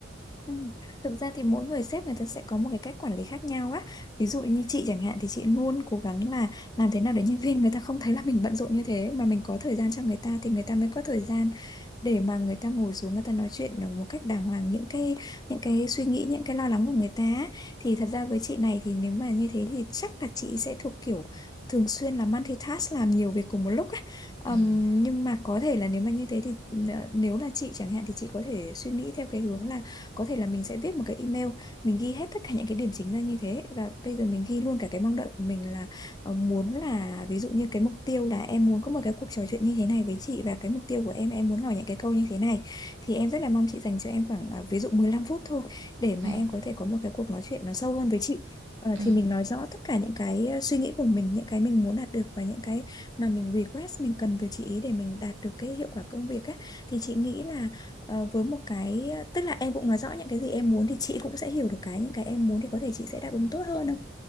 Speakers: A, on the left; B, on the right.
A: Ừ. Thực ra thì mỗi người sếp người ta sẽ có một cái cách quản lý khác nhau á. Ví dụ như chị chẳng hạn thì chị luôn cố gắng là làm thế nào để nhân viên người ta không thấy là mình bận rộn như thế mà mình có thời gian cho người ta thì người ta mới có thời gian để mà người ta ngồi xuống người ta nói chuyện một cách đàng hoàng những cái những cái suy nghĩ những cái lo lắng của người ta á. Thì thật ra với chị này thì nếu mà như thế thì chắc là chị sẽ thuộc kiểu thường xuyên là multitask làm nhiều việc cùng một lúc á. Ờm,
B: Ừm,
A: nhưng mà có thể là nếu mà như thế thì ờ, nếu là chị chẳng hạn thì chị có thể suy nghĩ theo cái hướng là có thể là mình sẽ viết một cái email mình ghi hết tất cả những cái điểm chính ra như thế và bây giờ mình ghi luôn cả cái mong đợi của mình là ờ, muốn là ví dụ như cái mục tiêu là em muốn có một cái cuộc trò chuyện như thế này với chị và cái mục tiêu của em em muốn hỏi những cái câu như thế này thì em rất là mong chị dành cho em khoảng à, ví dụ 15 phút thôi để mà
B: ừm,
A: em có thể có một cái cuộc nói chuyện nó sâu hơn với chị Ờ,
B: ừm.
A: thì mình nói rõ tất cả những cái ờ, suy nghĩ của mình, những cái mình muốn đạt được và những cái mà mình request mình cần từ chị ý để mình đạt được cái hiệu quả công việc á thì chị nghĩ là Ờ, với một cái tức là em cũng nói rõ những cái gì em muốn thì chị cũng sẽ hiểu được cái những cái em muốn thì có thể chị sẽ đáp ứng tốt hơn không?